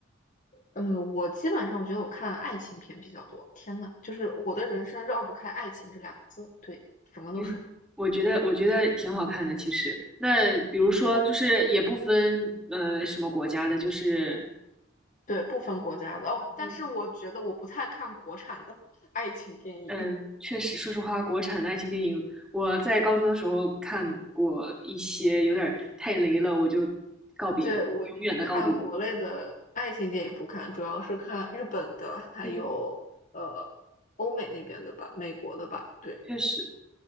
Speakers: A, on the left; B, in the centre.
A: 嗯，我基本上我觉得我看爱情片比较多。天呐，就是我的人生绕不开爱情这两个字，对，什么都是，
B: 挺，我觉得我觉得挺好看的，其实。那比如说，
A: 对
B: 就是也不分呃什么国家的，就是
A: 对，不分国家的哦。但是我觉得我不太看国产的
B: 嗯
A: <laughs> 爱情电影，
B: 嗯，确实，说实话，国产的爱情电影，我在高中的时候看过一些，有点儿太雷了，我就告别了，
A: 对，我不看国内的爱情电影，
B: 永远的告别。
A: 不看，主要是看日本的，还有呃欧美那边的吧，
B: 嗯，
A: 美国的吧。对，
B: 确实。